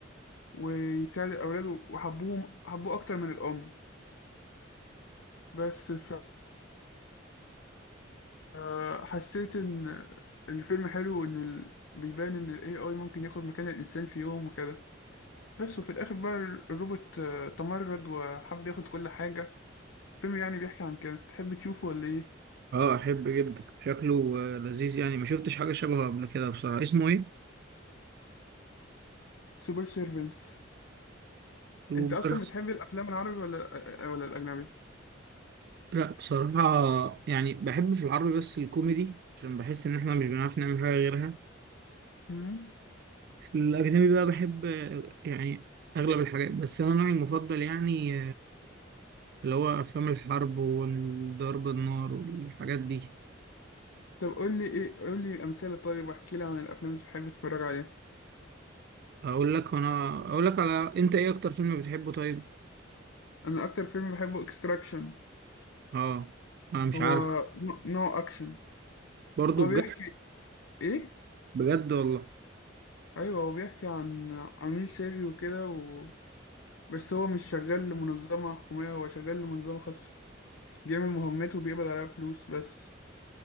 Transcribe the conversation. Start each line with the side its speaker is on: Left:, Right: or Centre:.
Left: ويساعد أولاده وحبوهم حبوه أكتر من الأم بس ف آه، حسيت إن الفيلم حلو وإن ال... بيبان إن ال AI ممكن ياخد مكان الإنسان في يوم وكده بس وفي الآخر بقى الروبوت آه، تمرد وحب ياخد كل حاجة فيلم يعني بيحكي عن كده تحب تشوفه ولا إيه؟
Right: اه احب جدا شكله آه، لذيذ يعني ما شفتش حاجه شبهه قبل كده بصراحه اسمه ايه
Left: سوبر سيرفنتس
Right: سوبر
Left: أنت أصلا بتحب الأفلام العربي ولا آه، آه، ولا الأجنبي؟
Right: لا بصراحه يعني بحب في العربي بس الكوميدي عشان بحس ان احنا مش بنعرف نعمل حاجه غيرها
Left: مم.
Right: الاجنبي بقى بحب آه، يعني اغلب الحاجات بس انا نوعي المفضل يعني اللي هو أفلام الحرب وضرب النار والحاجات دي
Left: طب قول لي إيه قول لي أمثلة طيب واحكي لي عن الأفلام اللي بتحب تتفرج عليها
Right: أقول لك أنا أقول لك على أنت إيه أكتر فيلم بتحبه طيب؟
Left: أنا أكتر فيلم بحبه إكستراكشن
Right: آه أنا مش
Left: هو
Right: عارف
Left: نو أكشن
Right: برضه
Left: هو
Right: بجد
Left: بيحكي إيه؟
Right: بجد والله
Left: أيوه هو بيحكي عن عميل سري وكده و... بس هو مش شغال لمنظمة حكومية هو شغال لمنظمة خاصة بيعمل مهمته وبيقبض عليها فلوس بس